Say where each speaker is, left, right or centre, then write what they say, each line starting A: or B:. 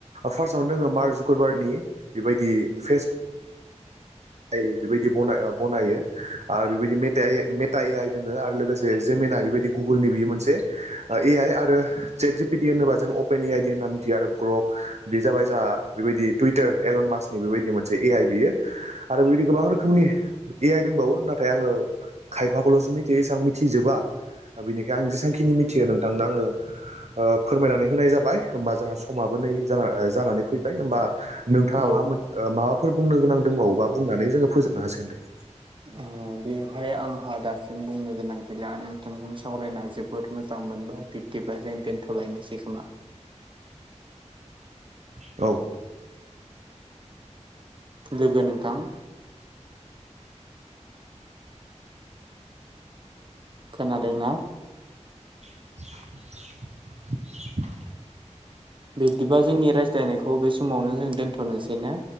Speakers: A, on the right; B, on the right.
A: फार्स्टआवनो दंङो मार्शुक्रबारनि बेबायदि फेस बेबायदि बनायो आरो बेबायदि मे मेटा ए आइ दङो आरो लोगोसे जेमेेन आइ बेबायदि गुगोलनि बियो मोनसे ए आइ आरो सेट जिपिडि होनोबा जों अपेन ए आइ दि होनना मिथियो आरो ग्रक बेयो जाबाय जोंहा बेबायदि टुतार एलन मासनि बेबायदि मोनसे ए आइ बियो आरो बेबायदि गोबां रोखोमनि ए आइ दंबावो नाथाय आंङो खायफाखौल'सो मिथियो एसेबां मिथिजोबा बिनिखायनो आं जेसेांखिनि मिथियो नोंथांनो आंङो फोरमायनानै होनाय जाबाय होमबा जों समाबो जानानै फैबाय होमबा नोंथाङा
B: औ
A: माबा मोनसे माबाफोर बुंनो गोनां दंबावोबा बुंनानै जोंङो फोजोबनो हासिगोन दे
B: अ बेवहाय आंहा दासिम बुंनो गोनां गैला नोंथांजों सावरायना जोबोद मोजां मोनबाय बिदि जों दोनथ'लायनोसै खोमा
A: औ
B: लोगो नोंथां खोनादोंना
A: <inaudible>
B: बिदिबा जोंनि रायज्लायनायखौ बे समावनो जों दोनथ'नोसै ना